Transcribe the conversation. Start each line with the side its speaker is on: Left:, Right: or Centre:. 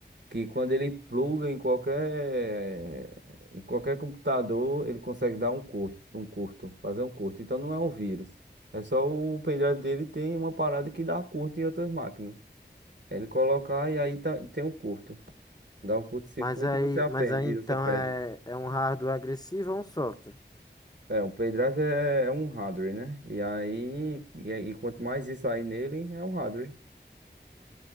Right: que quando ele pluga em qualquer em qualquer computador, ele consegue dar um curto, um curto, fazer um curto. Então não é um vírus. É só o pendrive dele tem uma parada que dá curto em outras máquinas. É Ele colocar e aí tá- tem um curto. Dá um curto-circuito
Left: Mas aí,
Right: e você aprende
Left: mas aí
Right: e
Left: então
Right: você perde.
Left: é, é um hardware agressivo ou um software?
Right: É, o pendrive é, é um hardware, né? E aí, e, aí- e quanto mais isso aí nele, é um hardware,